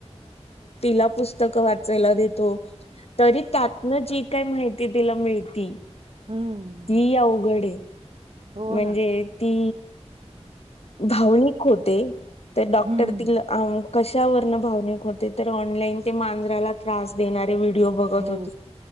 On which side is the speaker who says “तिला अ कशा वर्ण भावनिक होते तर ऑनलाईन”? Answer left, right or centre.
Left